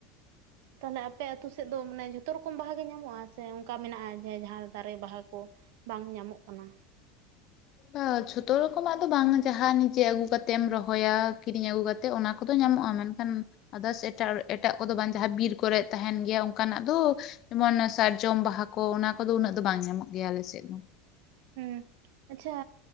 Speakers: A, on the right; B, on the left.
A: ᱛᱟᱦᱞᱮ ᱟᱯᱮ ᱟᱹᱛᱩ ᱥᱮᱫ ᱫᱚ ᱢᱟᱱᱮ ᱡᱷᱚᱛᱚ ᱨᱚᱠᱚᱢ ᱵᱟᱦᱟ ᱜᱮ ᱧᱟᱢᱚᱜᱼᱟ ᱥᱮ ᱚᱱᱠᱟ ᱢᱮᱱᱟᱜᱼᱟ ᱡᱮ ᱡᱟᱦᱟᱸ ᱫᱟᱨᱮ ᱵᱟᱦᱟ ᱠᱚ ᱵᱟᱝ ᱧᱟᱢᱚᱜ ᱠᱟᱱᱟ
B: ᱵᱟ ᱡᱷᱚᱛᱚ ᱨᱚᱠᱚᱢᱟᱜ ᱫᱚ ᱵᱟᱝ ᱡᱟᱦᱟᱸ ᱱᱤᱡᱮ ᱟᱹᱜᱩ ᱠᱟᱛᱮᱢ ᱨᱚᱦᱚᱭᱟ ᱠᱤᱨᱤᱧ ᱟᱹᱜᱩ ᱠᱟᱛᱮᱜ ᱚᱱᱟ ᱠᱚᱫᱚ ᱧᱟᱢ <unintelligible> ᱜᱟ ᱢᱮᱱᱠᱷᱟᱱ ᱟᱫᱟᱥ ᱮᱴᱟᱜ ᱠᱚᱫᱚ ᱵᱟᱝ ᱡᱟᱦᱟᱸ ᱵᱤᱨ ᱠᱚᱨᱮᱜ ᱛᱟᱦᱮᱱ ᱜᱮᱭᱟ ᱚᱱᱠᱟᱱᱟᱜ ᱫᱚ- <unintelligible> ᱥᱟᱨᱡᱚᱢ ᱵᱟᱦᱟ ᱠᱚ ᱚᱱᱟ ᱠᱚᱫᱚ ᱩᱱᱟᱹᱜ ᱫᱚ ᱵᱟᱝ ᱧᱟᱢᱚᱜ ᱜᱮᱭᱟ ᱟᱞᱮ ᱥᱮᱫ ᱫᱚ
A: ᱦᱩᱸ ᱟᱪᱪᱷᱟ